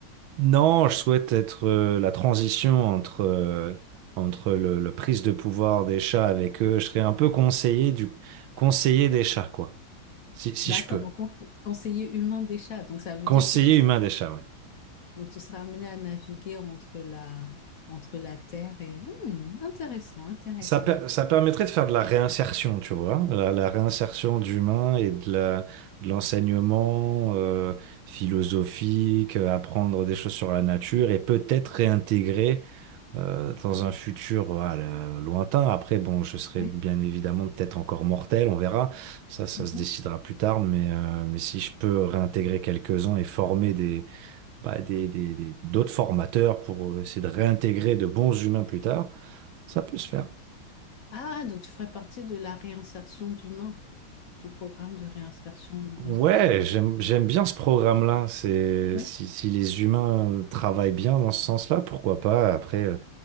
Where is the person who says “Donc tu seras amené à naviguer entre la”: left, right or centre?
Left